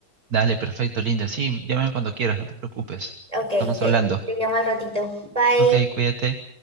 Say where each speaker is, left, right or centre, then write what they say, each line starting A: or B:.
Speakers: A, on the right (about 50°); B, on the right (about 20°).
A: Dale, perfecto, Linda. Sí, llámame cuando quieras, no te preocupes.
B: Ok,
A: Estamos
B: te,
A: hablando.
B: te llamo al ratito. Bye.
A: Ok, cuídate.